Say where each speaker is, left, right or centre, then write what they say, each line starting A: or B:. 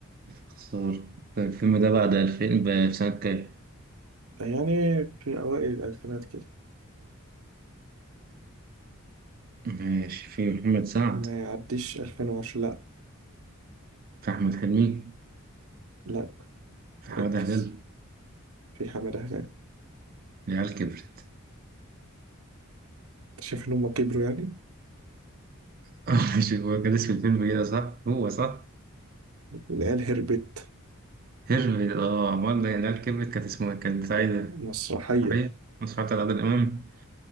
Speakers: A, on the right; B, on the right.
A: خسارة طيب الفيلم ده بعد 2000 ب- في سنة كام؟
B: يعني في أوائل الألفينات كده
A: ماشي في محمد سعد
B: ما يعديش 2010 لا
A: في أحمد حلمي
B: لا
A: في حمادة
B: ركز
A: هلال
B: في حمد هلال
A: العيال كبرت
B: شايف إن هما كبروا يعني
A: <laughs> ماشي هو كان اسم الفيلم كده صح؟ هو صح؟
B: اللي هي الهربت
A: هرب اه أمال العيال كبرت كانت اسمها كانت سعيدة
B: مسرحية
A: عارف؟ مسرحية على عادل إمام